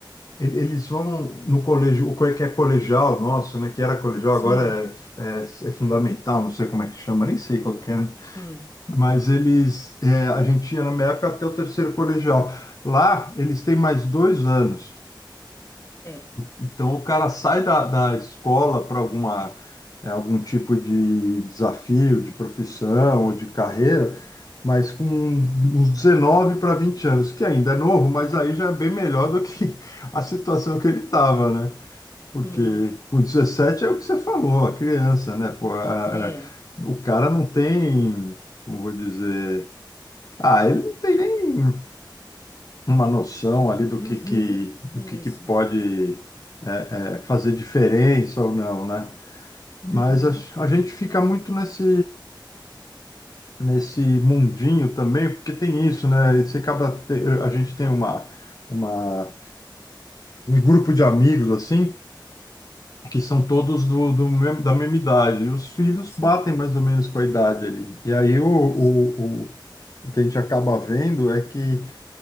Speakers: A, on the left; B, on the left.
A: ele- Eles vão no colégio, o que é colegial nosso, né? Que era colegial,
B: sim.
A: agora é, é- é fundamental, não sei como é que chama, nem sei qual que é, né?
B: Sim,
A: Mas eles, é, a gente ia na minha época até o terceiro colegial. Lá, eles têm mais dois anos.
B: certo.
A: Então, o cara sai da, da escola para alguma, é, algum tipo de desafio, de profissão ou de carreira, mas com uns 19 para 20 anos, que ainda é novo, mas aí já é bem melhor do que <laughs> a situação que ele estava, né?
B: sim.
A: Porque com 17 é o que você falou, a criança, né? Pô, a-
B: É.
A: a- o cara não tem, como vou dizer, ah, ele não tem nem uma noção ali do
B: Uhum.
A: que que, do
B: Isso.
A: que, que pode é, é, fazer diferença ou não, né? Mas
B: Uhum.
A: a, a gente fica muito nesse nesse mundinho também, porque tem isso, né? Você acaba te- a gente tem uma, uma um grupo de amigos assim que são todos do, do mesmo- da mesma idade. E os filhos
B: Sim,
A: batem mais ou menos com a idade ali. E aí o, o,
B: eu sei.
A: o, o que a gente acaba vendo é que